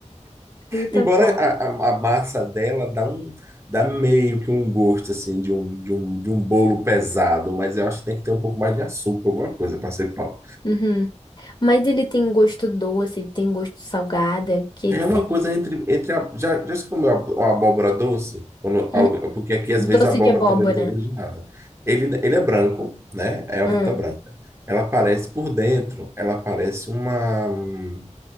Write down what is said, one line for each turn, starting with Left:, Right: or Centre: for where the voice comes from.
Left: Fruta
Right: Embora
Left: pão.
Right: a, a- a massa dela dá um, dá meio que um gosto assim de um, de um, de um bolo pesado, mas eu acho que tem que ter um pouco mais de açúcar, alguma coisa para ser pão.
Left: Uhum. Mas ele tem gosto doce, ele tem gosto salgado. O que
Right: É
Left: que seria?
Right: uma coisa entre, entre a- já, já se comeu ab- uma abóbora doce? Quando
Left: Hum,
Right: alguém- porque aqui às
Left: Doce
Right: vezes a abóbora
Left: de abóbora.
Right: também não tem gosto de nada. Ele, ele é branco, né? É uma
Left: Hum.
Right: fruta branca. Ela parece por dentro, ela parece uma hum,